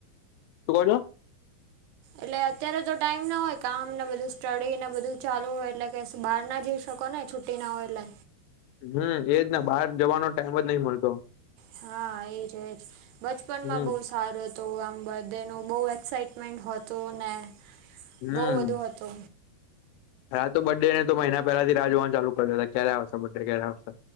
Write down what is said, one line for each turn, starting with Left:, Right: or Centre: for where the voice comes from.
Left: શું કહો છો.
Right: એટલે અત્યારે તો ટાઈમ ના હોય. કામ ને બધું સ્ટડી ને બધું ચાલુ હોય એટલે કે બાર ના જઈ શકો ને છુટ્ટી ના હોય એટલે.
Left: હમ એજ બહાર જવાનો ટાઈમ જ નહી મળતો.
Right: હા એજજ બચપનમાં
Left: હમ
Right: બહુ સારું તો આમ બધેનો બહુ એક્સાઈટમેન્ટ હતો ને.
Left: હમ
Right: બહુ વધુ હતો.
Left: હા તો બડ ડે ને તો મહિના પેલાથી રાહ જોવાનું ચાલુ કર દે હતા ક્યારે આવશે બ ડે ક્યારે આવશે.